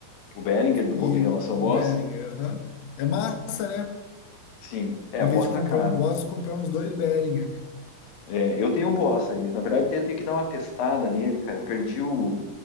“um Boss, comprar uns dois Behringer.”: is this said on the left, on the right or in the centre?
Left